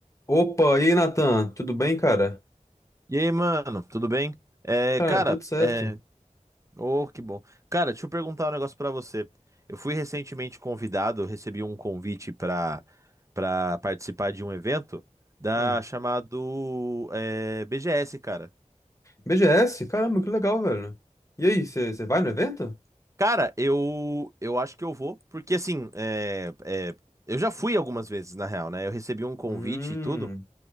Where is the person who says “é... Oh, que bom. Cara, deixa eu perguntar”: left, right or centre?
Right